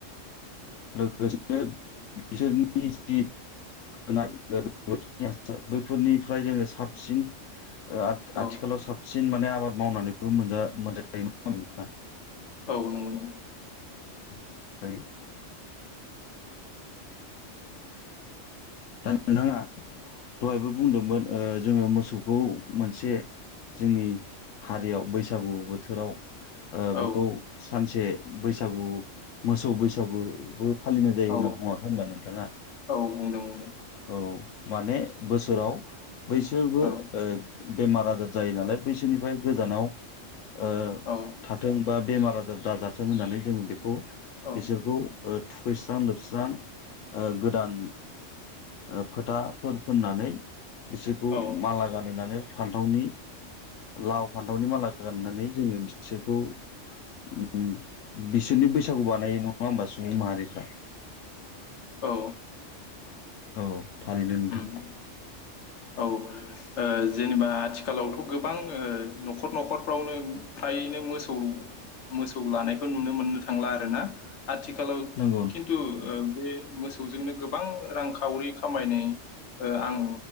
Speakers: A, on the left; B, on the left.
A: लोगोसेनो बिसोरनि जि <inaudible> बैफोरनिफ्राय जोङो साबसिन ओ आथ-आथि
B: औ
A: साबसिन माने आबाद मावनानैबो मोनजा <inaudible>
B: औ नंगौ नंगौ।
A: <inaudible> दा नोंथाङा दहायबो बुंदोंमोन ओ जोङो मोसौखौ मोनसे जोंनि हारियाव बैसागु बोथोराव ओ
B: औ
A: बेखौ सानसे बैसागु मोसौ बैसागु फालिनाय जायो होनना
B: औ
A: बुङाखै होनबा नों? दाना
B: औ बुंदों बुंदों
A: औ माने बोसोराव बैसोरबो
B: औ
A: ओ बेमार आजार जायो नालाय बैसोरनिफ्राय गोजानाव ओ
B: औ
A: थाथों बा बेमार आजार दाजाथों होननानै जों बेखौ
B: औ
A: बिसोरखौ ओ थुखैस्रां लोबस्रां ओ गोदान ओ फोथाफोर फोननानै बिसोरखौ
B: औ
A: माला गानहोनानै फान्थावनि लाव फान्थावनि माला गाननानै जोङो बिसोरखौ उम बिसोरनि बैसागु बानायो। नङा होमबा सुबुं माहारिफ्रा?
B: औ।
A: औ थारैनो नोंथां।
B: उम औ ओ जेनेबा आथिखालावथ' गोबां ओ न'खर न'खरफ्रावनो फ्रायैनो मोसौ मोसौ लानायखौ नुनो मोननो थांला आरोना। आथिखालाव
A: नंगौ
B: खिन्थु ओ बे मोसौजोंनो गोबां रांखावरि खामायनि ओ आं